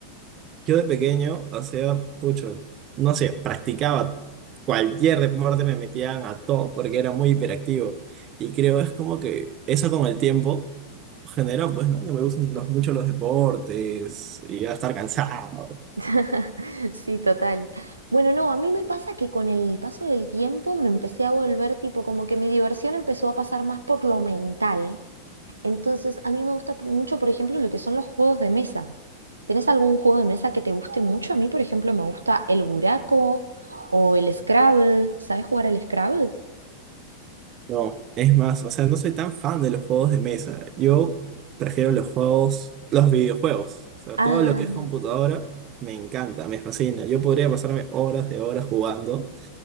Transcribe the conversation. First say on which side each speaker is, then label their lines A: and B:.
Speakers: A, on the right; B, on the right.
A: Yo de pequeño hacía, pucho, no sé, practicaba cualquier deporte, me metían a todo porque era muy hiperactivo. Y creo es como que eso con el tiempo genera, pues, ¿no? Que me gustan los- mucho los deportes y a estar cansado.
B: <laughs> Sí, total. Bueno, no, a mí me pasa que con el paso del tiempo me empecé a volver tipo como que mi diversión empezó a pasar más por lo mental. Entonces, a mí me gusta p- mucho, por ejemplo, lo que son los juegos de mesa. ¿Tenés algún juego de mesa que te guste mucho? A mí, por ejemplo, me gusta el buraco o el Scrabble. ¿Sabes jugar al Scrabble?
A: No, es más, o sea, no soy tan fan de los juegos de mesa. Yo prefiero los juegos, los videojuegos. O sea,
B: Ah,
A: todo lo que es computadora me encanta, me fascina. Yo podría pasarme horas de horas jugando.